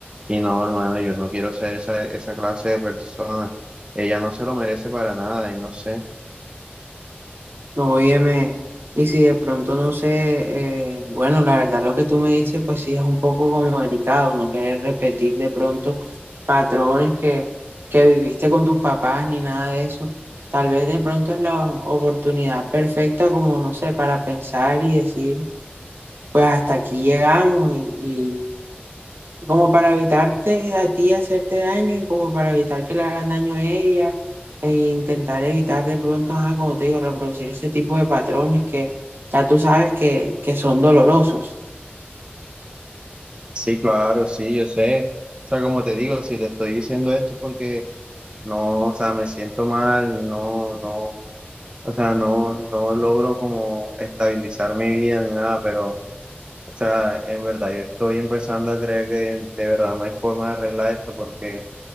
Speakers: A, on the right; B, on the right.
A: Y no, hermano, yo no quiero ser esa, esa clase de persona. Ella no se lo merece para nada y no sé.
B: Óyeme, y si de pronto no sé, eh, bueno, la verdad lo que tú me dices, pues sí es un poco como delicado, no querer repetir de pronto patrones que, que viviste con tus papás ni nada de eso. Tal vez de pronto es la oportunidad perfecta como, no sé, para pensar y decir Pues hasta aquí llegamos y, y como para evitarte a ti hacerte daño y como para evitar que le hagan daño a ella e intentar evitar de pronto, ajá, como te digo, reproducir ese tipo de patrones que ya tú sabes que, que son dolorosos.
A: Sí, claro, sí, yo sé. O sea, como te digo, si te estoy diciendo esto porque no, o sea, me siento mal, no, no, o sea, no, no logro como estabilizar mi vida ni nada, pero, o sea, en verdad yo estoy empezando a creer que de verdad no hay forma de arreglar esto porque,